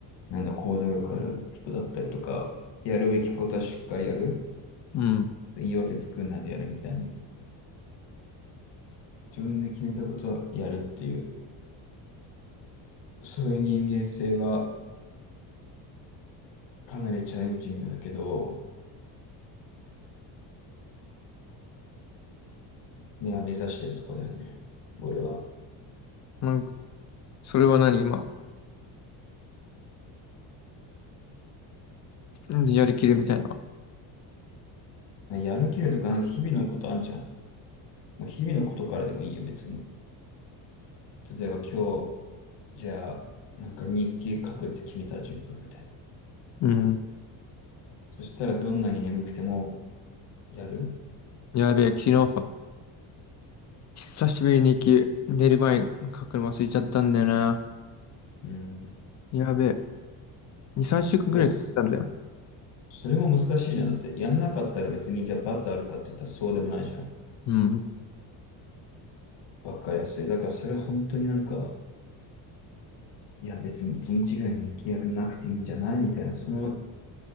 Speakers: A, on the left; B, on the left.
A: なんだ、行動力ある人だったりとか、やるべきことはしっかりやる。
B: うん。
A: 言い訳作んないでやるみたいに。自分で決めたことはやるっていう、そういう人間性がかなりチャレンジングだけど、ね目指してるとこだよね。俺は。
B: なんか、それは何今うんやりきるみたいな。
A: やる気力とか、日々のことあんじゃん。もう日々のことからでもいいよ、別に。例えば今日、じゃあ、なんか日記書くって決めたら10分みたいな。
B: うん。
A: そしたらどんなに眠くてもやる
B: やべえ、昨日さ、久しぶりに雪、寝る前に書くの忘れちゃったんだよな。
A: うん。
B: やべえ、2、3週間くらい経ったんだよ。
A: だからそ、それも難しいじゃん。だって、やんなかったら別にじゃあ罰あるかって言ったらそうでもないじゃん。
B: うん。
A: わかりやすい。だからそれ本当になんか、いや別に1日ぐらい日記やんなくていいんじゃないみたいな、その